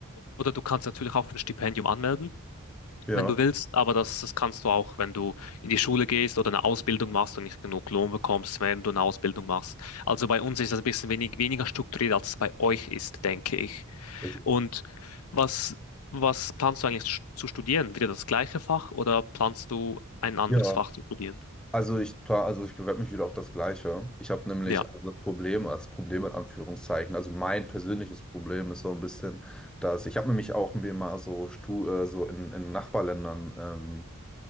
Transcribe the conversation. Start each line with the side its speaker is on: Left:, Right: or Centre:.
Left: Oder du kannst natürlich auch für ein Stipendium anmelden
Centre: Ja,
Left: wenn du willst, aber das, das kannst du auch, wenn du in die Schule gehst oder eine Ausbildung machst und nicht genug Lohn bekommst, während du eine Ausbildung machst. Also bei uns ist das ein bisschen wenig, weniger strukturiert, als es bei euch ist, denke ich.
Centre: ich,
Left: Und was, was planst du eigentlich sch- zu studieren? Wieder das gleiche Fach oder planst du ein anderes
Centre: ja.
Left: Fach zu studieren?
Centre: Also ich, pla- also ich bewerbe mich wieder auf das Gleiche. Ich habe nämlich
Left: Ja,
Centre: also das Problem, das Problem in Anführungszeichen, also mein persönliches Problem ist so ein bisschen, dass ich habe nämlich auch mir mal so, Stu, äh, so in, in Nachbarländern ähm,